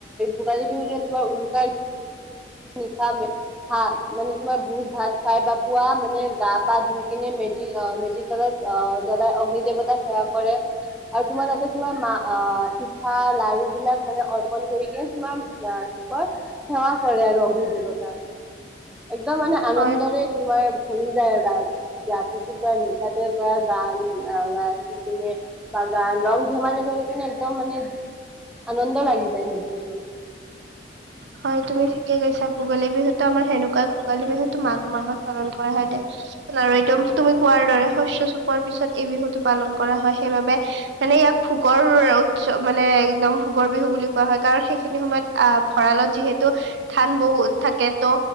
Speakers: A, in the centre; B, on the right.
A: ভোগালী বিহু যে তোমাৰ উৰুকাৰ নিখা মে হা মানে তোমাৰ ভোজ ভাত খাই বা পোৱা মানে গা পা ধুই কিনে মেজি অ মেজিৰ তলত অ', জ্বলাই অগ্নি দেৱতাই সেৱা কৰে। আৰু তোমাৰ তাতে তোমাৰ মা অ পিঠা লাৰু বিলাক মানে অ'। ন কৰিকে তোমাৰ অ কি কয় সেৱা কৰে আৰু। কি দেৱতা একদম আনন্দৰে
B: হয়
A: তোমাৰ ভৰি যায় ৰাত সিটোৰ পৰা নিশাতে পৰা গান না। কিনে বা গান ৰং ধেমালি কৰি কিনে একদম মানে আনন্দ লাগি যায় সেই দিনটো
B: হয় তুমি ঠিকেই কৈছা ভোগালী বিহুতো আমাৰ সেনেকুৱা ভোগালী বিহুতটো মাঘ মাহত পালন কৰা হয় দে আৰু একদম তুমি কোৱাৰ দৰে শস্য চপোৱাৰ পিছত এই বিহুটো পালন কৰা হয় সেইবাবে মানে ইয়াক ভোগৰ উৎসৱ মানে একদম ভোগৰ বিহু বুলি কোৱা হয় কাৰণ সেইখিনি সময়ত আহ ভৰালত যিহেতু ধান বহুত থাকে ত'